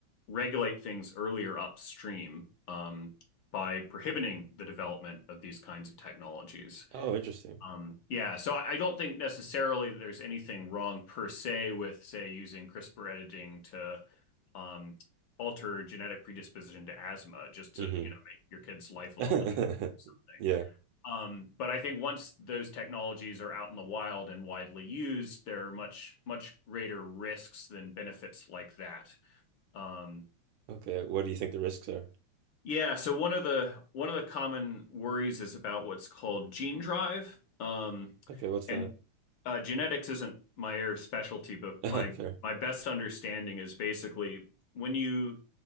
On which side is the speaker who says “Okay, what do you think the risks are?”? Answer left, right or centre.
Right